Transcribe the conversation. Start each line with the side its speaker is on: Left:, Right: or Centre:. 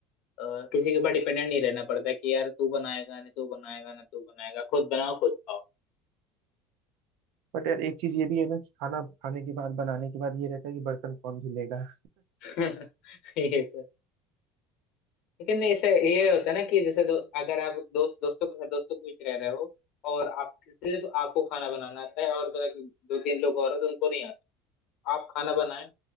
Left: अ, किसी के ऊपर डिपेंडेंट नहीं रहना पड़ता है कि यार तू बनाएगा ना तू बनाएगा ना तू बनाएगा खुद बनाओ खुद खाओ
Right: बट यार एक चीज ये भी है ना कि खाना खाने के बाद बनाने के बाद ये रहता है कि बर्तन कौन धुलेगा
Left: <laughs> ये तो लेकिन ऐसे ये होता है ना कि जैसे दो, अगर आप दोस्त दोस्तों के साथ दोस्तों के बीच रह रहे हो और आप सिर्फ आपको खाना बनाना आता है और मतलब दो तीन लोग और हैं तो उनको नहीं आता आप खाना बनाएं